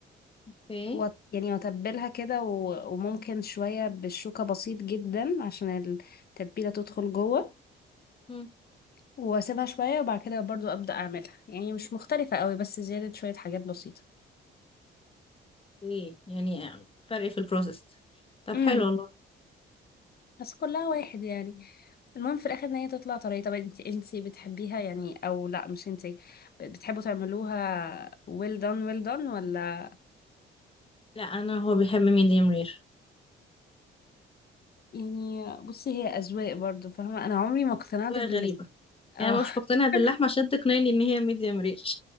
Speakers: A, on the left; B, on the left.
A: اوكي
B: و... يعني وأتبلها كده و... وممكن شوية بالشوكة بسيط جدا عشان التتبيلة تدخل جوه
A: مم.
B: واسيبها شوية وبعد كده برضو ابدأ اعملها يعني مش مختلفة قوي بس زيادة شوية حاجات بسيطة
A: ايه يعني فرق في البروسيس طب
B: امم
A: حلو والله
B: بس كلها واحد يعني المهم في الاخر ان هي تطلع طريقة طب انت انت بتحبيها يعني او لا مش انت بتحبوا تعملوها well done well done ولا
A: لا انا هو بيحب ميديم رير
B: يعني بصي هي اذواق برضو فاهمة انا عمري ما اقتنعت
A: أذواق
B: بال
A: غريبة
B: اه
A: يعني أنا مش مقتنع باللحمة
B: <laughs>
A: عشان تقنعني ان هي ميديم رير